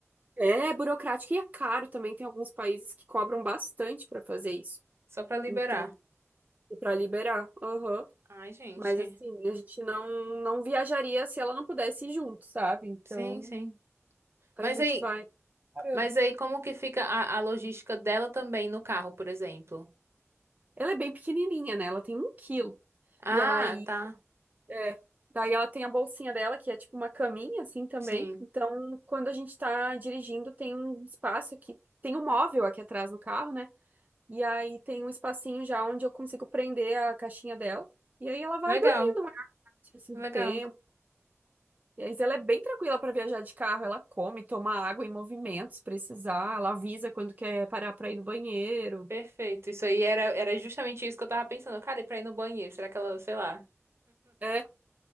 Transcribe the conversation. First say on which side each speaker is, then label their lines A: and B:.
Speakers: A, on the right; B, on the right.
A: é burocrático e é caro também. Tem alguns países que cobram bastante para fazer isso.
B: Só pra liberar.
A: Então, para liberar. Aham.
B: Ai, gente.
A: Mas assim, a gente não não viajaria se ela não pudesse ir junto, sabe? Então,
B: Sim, sim.
A: a
B: Mas
A: gente
B: aí,
A: vai parando.
B: Mas aí como que fica a, a logística dela também no carro, por exemplo?
A: Ela é bem pequenininha, né? Ela tem um quilo.
B: Ah,
A: E aí,
B: tá.
A: é, daí ela tem a bolsinha dela, que é tipo uma caminha, assim, também.
B: Sim.
A: Então, quando a gente tá dirigindo, tem um espaço aqui. Tem um móvel aqui atrás no carro, né? E aí tem um espacinho já onde eu consigo prender a caixinha dela. E aí ela vai
B: Legal,
A: dormindo a maior parte assim,
B: legal.
A: do tempo. E aí ela é bem tranquila para viajar de carro. Ela come, toma água em movimento, se precisar. Ela avisa quando quer parar para ir no banheiro.
B: Perfeito. Isso aí era, era justamente isso que eu tava pensando. Cara, e pra ir no banheiro? Será que ela, sei lá,
A: É, a